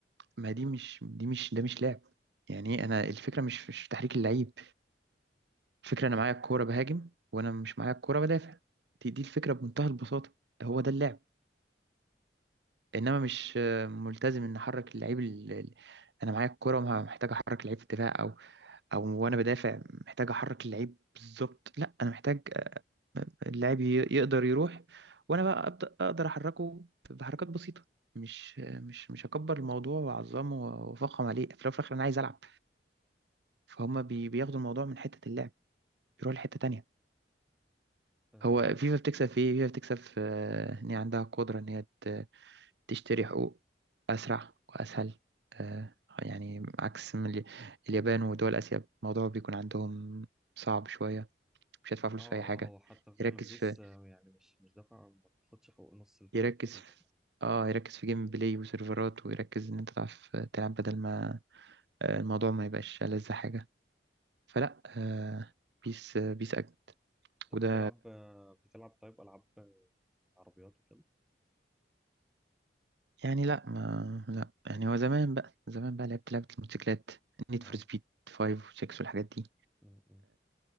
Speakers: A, on the right; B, in the centre.
A: ما دي مش دي مش ده مش لعب يعني إيه انا الفكرة مش مش في تحريك اللعيب الفكرة انا معايا الكورة بهاجم وانا مش معايا الكورة بدافع دي دي الفكرة بمنتهى البساطة هو ده اللعب انما مش آه، ملتزم ان احرك اللعيب ال- ال- انا معايا الكرة محتاج احرك اللعيب في دفاع او او وانا بدافع محتاج احرك اللعيب بالظبط لا انا محتاج اللاعب ي- يقدر يروح وانا بقى أبدأ اقدر احركه بحركات بسيطة مش مش مش هكبر الموضوع واعظمه وافخم عليه في الاول وفي الاخر انا عايز العب فهم بي- بياخدوا الموضوع من حتة اللعب يروح لحتة تانية
B: اه
A: هو فيفا بتكسب في ايه فيفا بتكسب في آه، ان هي عندها قدرة ان هي تشتري حقوق أسرع وأسهل آه، يعني عكس من ال- اليابان ودول آسيا الموضوع بيكون عندهم صعب شوية مش هيدفع فلوس
B: اه آه،
A: في أي حاجة
B: هو حتى فعلا
A: يركز
B: بيس
A: في
B: آه، يعني مش مش دافع ما بتاخدش حقوق نص الفرق
A: يركز
B: تقريبا
A: في
B: يعني
A: اه يركز في جيم بلاي وسيرفرات ويركز إن أنت تعرف تلعب بدل ما آه، الموضوع ما يبقاش ألذ حاجة فلا آه، بيس آه، بيس أجمل
B: طب
A: وده
B: بتلعب آه، بتلعب طيب العاب آه، عربيات وكده
A: يعني لا ما لا يعني هو زمان بقى زمان بقى لعبت لعبة الموتوسيكلات نيد
B: اه
A: فور سبيد 5 و 6 والحاجات دي
B: م- م.